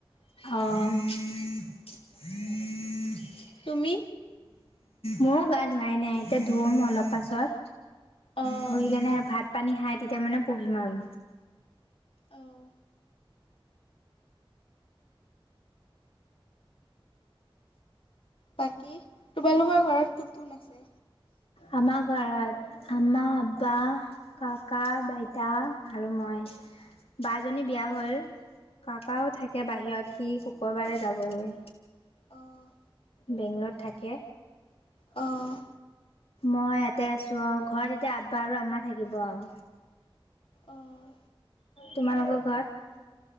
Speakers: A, on the left; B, on the left.
A: অ', <unintelligible>
B: তুমি?
A: মওঁ গা ধোৱাই নাই এতিয়া ধুম অলপ পাছত।
B: অঁ
A: ধুই কেনে ভাত পানী খাই তেতিয়া মানে পঢ়িম আৰু।
B: অঁ বাকী তোমালোকৰ ঘৰত কোন-কোন আছে?
A: আমাৰ ঘৰত আমা, আব্বা কাকা, বাইতা আৰু মই। বাজনী বিয়া
B: অঁ
A: হ'ল কাকাও থাকে বাহিৰত সি শুক্ৰবাৰে যাবগৈ।
B: অ',
A: বেংগলত থাকে।
B: অ',
A: মই ইয়াতে আছো আৰু ঘৰত এতিয়া আব্বা আৰু আম্মা থাকিব আৰু।
B: অ',
A: তোমালোকৰ ঘৰত